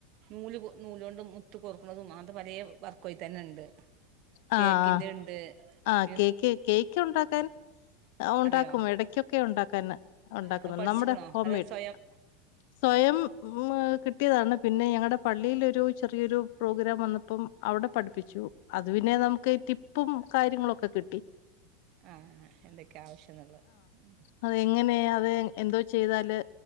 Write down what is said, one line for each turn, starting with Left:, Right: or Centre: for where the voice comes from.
Right: നൂല് നൂലു കൊണ്ട് മുത്ത് കോർക്ക്ണതും അങ്ങനത്തെ പലേ വർക്കും അയിത്തന്നെണ്ട്
Left: ആഹ്
Right: കേക്കിന്റെ
Left: ആഹ്
Right: ണ്ട്
Left: ആഹ് കേക്ക് കേക്ക് ഉണ്ടാക്കാൻ ആഹ് ഉണ്ടാക്കും
Right: അറിയോ
Left: ഇടക്കൊക്കെ ഉണ്ടാക്കും. തന്നെ ഉണ്ടാക്കുന്നു
Right: അത് പഠിച്ചിക്കണോ
Left: നമ്മുടെ ഹോം
Right: അത്
Left: മെയ്ഡ്
Right: സ്വയം
Left: സ്വയം ഉം കിട്ടിയതാണ് പിന്നെ ഞങ്ങളുടെ പള്ളിയിലൊരു ചെറിയൊരു പ്രോഗ്രാം വന്നപ്പം അവിടെ പഠിപ്പിച്ചു അതു പിന്നെ നമുക്ക് ടിപ്പും കാര്യങ്ങളൊക്കെ കിട്ടി.
Right: ആഹ് ഹാ എന്തൊക്കെ ആവശ്യം എന്നുള്ളത് ഉം
Left: അത് എങ്ങനെ അത് എന്തോ ചെയ്താല്